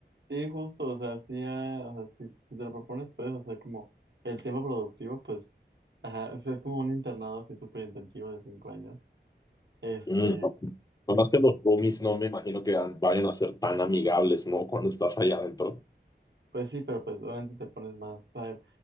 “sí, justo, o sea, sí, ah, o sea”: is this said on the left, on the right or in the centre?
Right